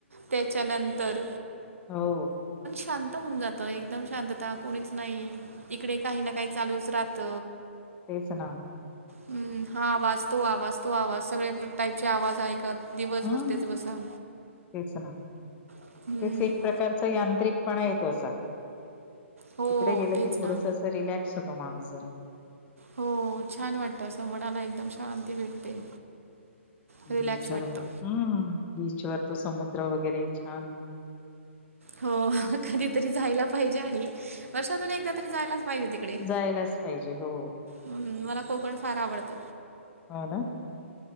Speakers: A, on the right; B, on the left.
A: त्याच्या नंतर
B: हो
A: शांत होऊन जात एकदम शांतता कोणीच नाही इकडे काही ना काही चालूच राहत.
B: तेचं ना
A: हम्म हा आवाज तो आवाज तो आवाज सगळे टाईपचे आवाज ऐक कत दिवसभर
B: हम्म.
A: तेच बसा.
B: तेच ना
A: हम्म,
B: तेच एक प्रकारचा यांत्रिकपणा येतो असा.
A: हो
B: तिकडे गेलं
A: तेच
B: की थोडसं
A: ना
B: असं रिलॅक्स होतो माणूस जरा.
A: हो छान वाटत असं मणाला एकदम शांती भेटते. रिलॅक्स
B: बीचवर
A: वाटतं
B: मग हम्म बीचवर तर समुद्र वगैरे छान.
A: हो कधीतरी जायला पाहिजे आणि वर्षातून एकदा तरी जायलाच पाहिजे तिकडे.
B: जायलाच पाहिजे हो
A: हं मला कोकण फार आवडत.
B: हां ना